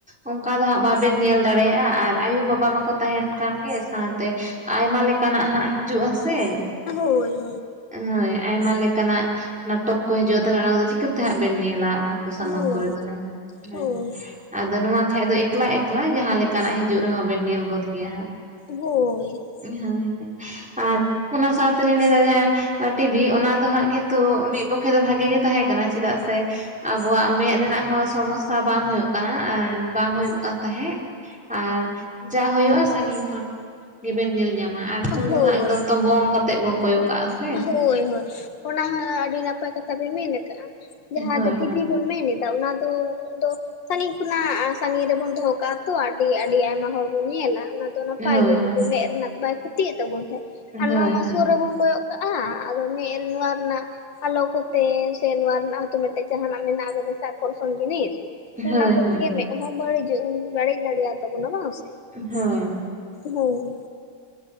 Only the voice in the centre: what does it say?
ᱚᱱᱠᱟ ᱫᱚ ᱦᱟᱸᱜ ᱵᱟᱵᱮᱱ ᱧᱮᱞ ᱫᱟᱲᱮᱭᱟᱜᱼᱟ ᱟᱨ ᱟᱭᱩᱵᱟᱵᱟ ᱢᱟᱠᱚ ᱛᱟᱦᱮᱱ ᱠᱟᱱ ᱜᱮ ᱥᱟᱶᱛᱮ ᱟᱭᱢᱟ ᱞᱮᱠᱟᱱᱟᱜ ᱦᱟᱸᱜ ᱦᱤᱡᱩᱜ-ᱟ ᱥᱮ᱾
ᱦᱳᱭ᱾ ᱟᱭᱢᱟ ᱞᱮᱠᱟᱱᱟᱜ ᱱᱟᱴᱚᱠ ᱠᱚ ᱦᱤᱡᱩᱜᱼᱟ ᱛᱟᱦᱚᱞᱮ ᱚᱱᱟ ᱠᱚᱫᱚ ᱪᱤᱠᱟᱹᱛᱮ ᱦᱟᱸᱜ ᱵᱮᱱ ᱧᱮᱞᱟ᱾ ᱩᱠᱩ ᱥᱟᱢᱟᱝ
ᱠᱚᱨᱮ ᱫᱚ ᱦᱮᱸ ᱦᱮᱸ᱾
ᱟᱫᱚ ᱱᱚᱣᱟ ᱠᱷᱟᱱ ᱫᱚ ᱮᱠᱞᱟ ᱮᱠᱞᱟ ᱡᱟᱦᱟᱸ ᱞᱮᱠᱟᱱᱟᱜ ᱦᱤᱡᱩᱜ ᱨᱮᱦᱚᱸ ᱵᱮᱱ ᱧᱮᱞ ᱜᱚᱫ ᱜᱮᱭᱟ ᱦᱟᱸᱜ᱾
ᱦᱳᱭ ᱦᱳᱭ ᱟᱨ ᱚᱱᱟ ᱥᱟᱶᱛᱮᱞᱤᱧ ᱞᱟᱹᱭᱫᱟ ᱡᱟᱦᱟᱸᱭ ᱴᱤᱵᱷᱤ ᱚᱱᱟ ᱫᱚ ᱦᱟᱸᱜ ᱠᱤᱱᱛᱩ ᱢᱤᱫ ᱯᱚᱠᱷᱮ ᱫᱚ ᱵᱷᱟᱜᱮ ᱜᱮ ᱛᱟᱦᱮᱸ ᱠᱟᱱᱟ ᱪᱮᱫᱟᱜ ᱥᱮ ᱟᱵᱚᱣᱟᱜ ᱢᱮᱸᱫ ᱨᱮᱱᱟᱜ ᱦᱚᱸ ᱥᱚᱢᱚᱥᱥᱟ ᱵᱟᱝ ᱦᱩᱭᱩᱜ ᱠᱟᱱᱟ ᱟᱨ ᱵᱟᱝ ᱦᱩᱭᱩᱜ ᱠᱟᱱ ᱛᱟᱦᱮᱸᱫ᱾ ᱟᱨ ᱡᱟ ᱦᱳᱭᱳᱜᱼᱟ ᱥᱟᱺᱜᱤᱧ ᱠᱷᱚᱱ᱾ ᱜᱮᱵᱮᱱ ᱧᱮᱞ ᱧᱟᱢᱟ ᱟᱨ ᱯᱷᱳᱱ
ᱫᱚ ᱦᱟᱸᱜ ᱮᱠᱫᱚᱢ ᱛᱚᱵᱚᱝ ᱠᱟᱛᱮᱫ ᱵᱚᱱ ᱠᱚᱭᱚᱜ ᱠᱟᱜᱼᱟ ᱥᱮ᱾
ᱦᱳᱭ
ᱦᱳᱭ
ᱦᱳᱭ
ᱦᱳᱭ
ᱦᱳᱭ
ᱦᱳᱭ
ᱦᱳᱭ
ᱦᱳᱭ
ᱦᱳᱭ᱾